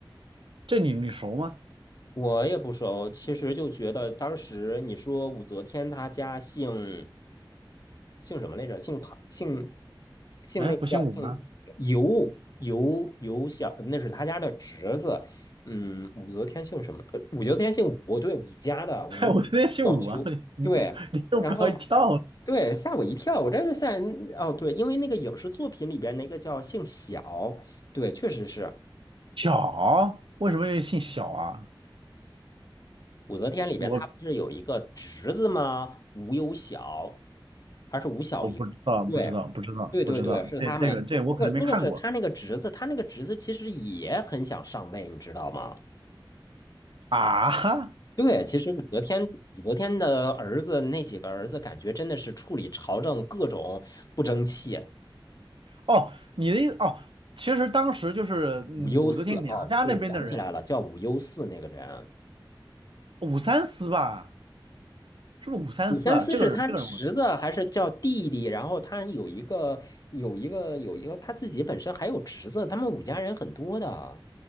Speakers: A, on the right; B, on the left.
A: 这你你熟吗？
B: 我也不熟，其实就觉得当时你说武则天她家姓姓什么来着？姓庞，姓姓那个叫姓尤尤尤小，
A: 哎，不姓武吗？
B: 那是他家的侄子。嗯，武则天姓什么？呃武则天姓武，对，武家的武
A: <laughs> 对，我昨天姓武啊，
B: 老修，
A: 你你你给我搞一跳，
B: 对。然后对，吓我一跳，我这就吓人哦，对，因为那个影视作品里边那个叫姓小，对，确实是。
A: <laughs> 小，为什么又姓小啊？
B: 武则天里边她不是有一个侄子吗？
A: 我我
B: 吴有小，还是吴小猷？
A: 我不知道，
B: 对，
A: 不知道，不知道，
B: 对对对，
A: 不知道，
B: 是他们。
A: 这这个这我可能没看过
B: 那个那个是他那个侄子，他那个侄子其实也很想上位，你知道吗？
A: 啊哈。
B: 对，其实武则天武则天的儿子那几个儿子，感觉真的是处理朝政各种不争气。
A: 哦，你的意思哦，其实当时就是嗯武则天娘家那边的人，
B: 武攸四哦，对，想起来了，叫武攸四那个人。
A: 武三思吧，是不是武三思啊？
B: 武宣思是他侄子还是叫弟弟？
A: 这个人，这个人我，
B: 然后他有一个有一个有一个他自己本身还有侄子，他们武家人很多的。